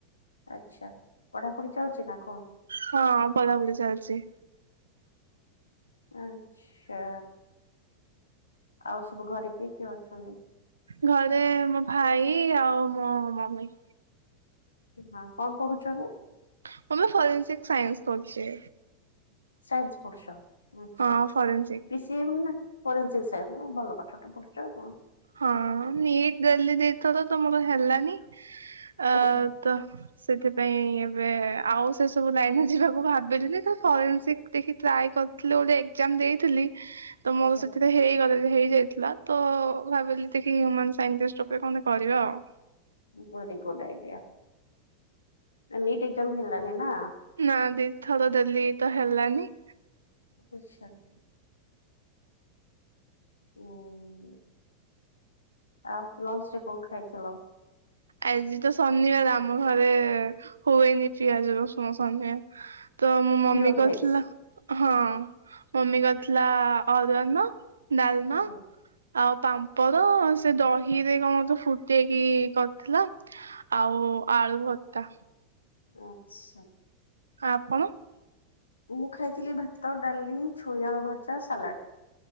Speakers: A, on the left; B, on the right.
A: ଆଚ୍ଛା ପଢ଼ାପଢି଼ ଚାଲଛି ନା କଣ?
B: ହଁ ପଢ଼ାପଢି଼ ଚାଲିଛି।
A: ଆଚ୍ଛା ଆଉ ସବୁ ଘରେ କିଏ କିଏ ଅଛନ୍ତି?
B: ଘରେ ମୋ ଭାଇ ଆଉ ମୋ ମମି।
A: ହଁ କଣ ପଢ଼ୁଛ ଏବେ?
B: <inaudible> ଫରେନ୍ସିକ ସାଇନ୍ସ କରୁଚି।
A: ସାଇନ୍ସ ଫୁଡ଼ୁଛ ଆଛା
B: ହଁ ଫରେନ୍ସିକ।
A: ପିସି ସିଏ ନା ଫରେନ୍ସିକ୍ ସାଇନ୍ସ ହଁ ଭଲ ପାଠ ଟେ ପଢୁଛ ଆଉ କଣ।
B: ହଁ ନିଟ୍ ଦେଲି ଦିଇଥର ତ ମୋର ହେଲାନି ଅ
A: ଆଚ୍ଛା
B: ତ ସେଥିପାଇଁ ଏବେ ଆଉ ସେ ସବୁ ଲାଇନରେ ଯିବାକୁ ଭାବିଲିନି ତ ଫରେନ୍ସିକ ଦେଖି ଟ୍ରାଏ କରିଥିଲି ଗୋଟେ ଏକ୍ଜାମ ଦେଇଥିଲି। ତ ମୋର
A: ଆଚ୍ଛା
B: ସେଥିରେ ହେଇଗଲା ହେଇଯାଇଥିଲା ତ ମୁଁ ଭାବିଲି ଦେଖି ହ୍ୟୁମାନ ସାଇଣ୍ଟିଷ୍ଟ ଉପରେ କଣ ଟିକେ କରିବା ଆଉ।
A: Very good idea. NEET exam ହେଲାନି ନା।
B: ନା ଦିଥର ଦେଲି ତ ହେଲାନି।
A: ଆଛା। ହୁଁ। ଆଉ ଲଞ୍ଚ ରେ କଣ ଖାଇଥିଲ?
B: ଆଜି ତ ଶନିବାର ଆମ ଘରେ ହୁଏନି ପିଆଜ ରସୁଣ ଶନିବାର। ତ ମୋ ମମି
A: ପିଓର
B: କରିଥିଲା
A: ଭେଜ?
B: ହଁ ମମି କରିଥିଲା ଅରୁଆ ଅନ୍ନ। ଡାଲମା
A: ହୁଁ
B: ଆଉ ପାମ୍ପଡ ସେ ଦହି ରେ କଣ ଫୁଟେଇକି କରି ଥିଲା ଆଉ ଆଳୁ ଭର୍ତା।
A: ଆଚ୍ଛା।
B: ଆପଣ?
A: ମୁଁ ଖାଇଥିଲି ଭାତ ଡାଲି ଛୁଇଁ ଆଳୁ ଭଜା ସାଲାଡ।